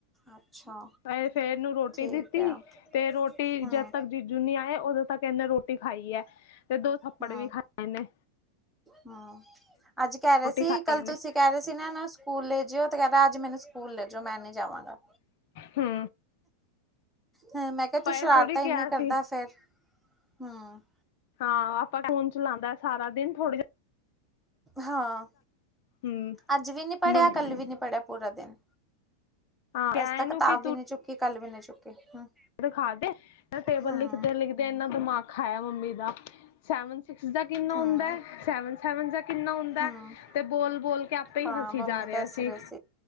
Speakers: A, in the centre; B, on the left.
A: ਅੱਛਾ।
B: ਫੇਰ ਇਹਨੂੰ ਰੋਟੀ
A: ਠੀਕ
B: ਦਿੱਤੀ
A: ਆ
B: ਤੇ ਰੋਟੀ
A: ਹੂੰ
B: ਜਦ ਤੱਕ ਜੀਜੂ ਨੀ ਆਏ ਉਦੋਂ ਤੱਕ ਤਿੰਨ ਰੋਟੀ ਖਾਈ ਆ, ਤੇ ਦੋ ਥੱਪੜ
A: ਹੂੰ
B: ਵੀ ਖਾ ਇਹਨੇ
A: ਹੂੰ, ਅੱਜ ਕਹਿ ਰਹੇ ਸੀ,
B: ਖਾਈ
A: ਕੱਲ
B: ਇਹਨੇ
A: ਤੁਸੀਂ ਕਹਿ ਰਹੇ ਸੀ ਤੁਸੀਂ ਨਾ ਇਨਾ ਨੂੰ ਸਕੂਲੈ ਜਿਓ ਤੇ ਕੇਦਾ ਅੱਜ ਮੈਨੂੰ ਸਕੂਲ ਲੈਜਓ ਮੈਂ ਨੀ ਜਾਵਾਂਗਾ।
B: ਹੂੰ।
A: ਹੂ ਮੈਂ ਕਿਹਾ ਤੂੰ ਸ਼ਰਾਰਤਾ
B: ਇਹ ਥੋੜ੍ਹੀ
A: ਇਨੀ
B: ਕਿਹਾ
A: ਕਰਦਾ
B: ਸੀ
A: ਫੇਰ, ਹੂੰ।
B: ਹਾਂ ਆਪਾਂ ਫੂਨ ਚਲਾਉਦਾ ਸਾਰਾ ਦਿਨ ਥੋੜੇ ਜਿ
A: ਹਾਂ
B: ਹਮ
A: ਅੱਜ ਵੀ ਨੀ ਪੜ੍ਹਿਆ,
B: ਹਾਂ
A: ਕੱਲ ਵੀ ਨੀ ਪੜ੍ਹਿਆ ਪੂਰਾ ਦੇਨ
B: ਕਿਹਾ
A: ਅੱਜ ਤਾ
B: ਇਹਨੂੰ
A: ਕਤਾਬ
B: ਕਿ
A: ਵੀ ਨੀ ਚੁੱਕੀ ਕਾੱਲ ਵੀ ਨੀ ਚੁੱਕੀ ਹੂੰ
B: ਖਾ ਦੇ ਟੇਬਲ
A: ਹੂੰ
B: ਲਿਖਦੇ- ਲਿਖਦੇ ਇੰਨਾ ਦਿਮਾਗ ਖਾਇਆ ਮੰਮੀ ਦਾ ਸੈਵਨ ਸਿਕਸ ਦਾ ਦਿਨ ਹੁੰਦਾ
A: ਹੂੰ
B: ਹੈ। ਸੈਵਨ- ਸੈਵਨ ਦਾ ਕਿੰਨਾ ਹੁੰਦਾ
A: ਹੂੰ
B: ਤੇ ਬੋਲ-ਬੋਲ ਕੇ ਆਪੇ
A: ਹਾਂ
B: ਈ ਹਸੀ
A: ਮੰਮੀ
B: ਜਾ ਰੇਆ
A: ਦੱਸ
B: ਸੀ।
A: ਰਹੇ